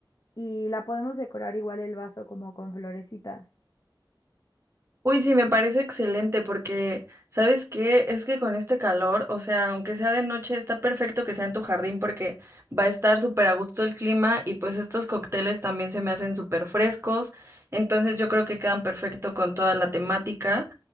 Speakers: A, on the left; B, on the right.
A: y la podemos decorar igual el vaso como con florecitas.
B: Uy, sí, me parece excelente porque, ¿sabes qué? Es que con este calor, o sea, aunque sea de noche, está perfecto que sea en tu jardín porque va a estar súper a gusto el clima y pues estos cócteles también se me hacen súper frescos, entonces yo creo que quedan perfecto con toda la temática.